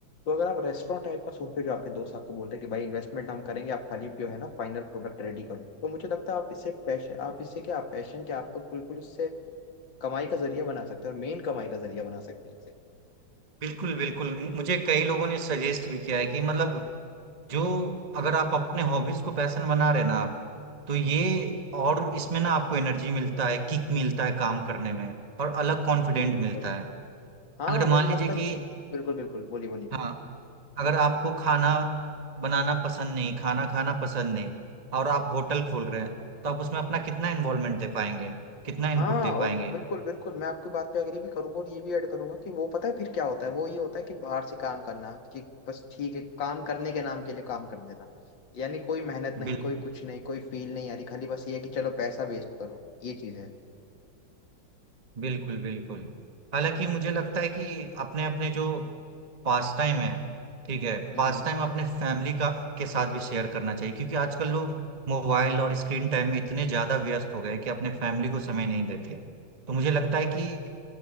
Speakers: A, on the left; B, on the right.
A: तो अगर आप रेस्टोरेंट टाइप का सोचते हो जो आपके दोस्त आपको बोलते हैं कि भाई इन्वेस्टमेंट हम करेंगे आप खाली पियो है ना फाइनल प्रोडक्ट रेडी करो तो मुझे लगता है आप इससे पैशन आप इससे क्या आप पैशन क्या आप तो बिल्कुल इससे कमाई का जरिया बना सकते हैं और मेन कमाई का जरिया बना सकते हैं इसे
B: बिल्कुल बिल्कुल मुझे कई लोगों ने सजेस्ट भी किया है कि मतलब जो अगर आप अपने हॉबीज को पैशन बना रहे ना आप तो ये और इसमें ना आपको एनर्जी मिलता है किक मिलता है काम करने में और अलग कॉन्फिडेंट
A: जी बिल्कुल
B: मिलता है
A: हाँ
B: अगर
A: मुझे
B: मान
A: लगता
B: लीजिए
A: है कि
B: कि
A: बिल्कुल बिल्कुल बोलिए बोलिए
B: हाँ अगर आपको खाना बनाना पसंद नहीं खाना खाना पसंद नहीं और आप होटल खोल रहे हैं तो आप उसमें अपना कितना इन्वॉल्वमेंट दे पाएंगे कितना
A: हाँ
B: इनपुट दे
A: और
B: पाएंगे
A: बिल्कुल बिल्कुल मैं आपकी बात पे एग्री भी करूंगा और ये भी ऐड करूंगा कि वो पता है फिर क्या होता है वो ये होता है कि बाहर से काम करना कि बस ठीक है काम करने के नाम के लिए काम कर देना यानी कोई मेहनत नहीं
B: बिल
A: कोई कुछ नहीं कोई फील नहीं आ रही खाली बस ये है कि चलो पैसा वेस्ट करो ये चीज है
B: बिल्कुल बिल्कुल हालांकि मुझे लगता है कि अपने अपने जो पास टाइम है ठीक है
A: हम्म
B: पास टाइम अपने फैमिली का के साथ भी शेयर करना चाहिए क्योंकि आजकल लोग मोबाइल और स्क्रीन टाइम में इतने ज्यादा व्यस्त हो गए हैं कि अपने फैमिली को समय नहीं देते तो मुझे लगता है कि